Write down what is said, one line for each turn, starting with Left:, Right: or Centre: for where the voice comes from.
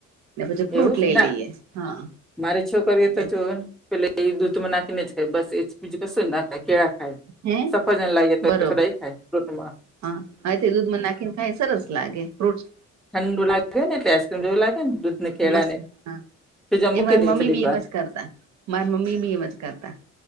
Right: ને પછી ફ્રૂટ
Centre: એવું
Right: લઈ
Centre: ના
Right: લઈએ હા
Centre: મારી છોકરીએ
Right: એ.
Centre: તો જો પેલે એ દૂધ માં નાખીને છે બસ એ બીજું કશું ને નાખાય કેળા. ાય
Right: હે
Centre: સફરજન લાગે તો
Right: બરોબર
Centre: થોડા એ ખાય ફૂટમાં.
Right: હા હવે તે દૂધમાં નાખીને કઈ સરસ લાગે ફ્રૂટ.
Centre: ઠંડું લે ને એટલે આઈસ્ક્રીમ જેવું લાગેને દૂધ ને કેળા
Right: મસ
Centre: ને
Right: હા.
Centre: જો
Right: એ
Centre: મૂકી
Right: માર
Centre: દઈએ
Right: મમ્મી
Centre: થોડીક
Right: બી
Centre: વાર
Right: એમજ કરતા માર મમ્મી બી એમજ કરતા.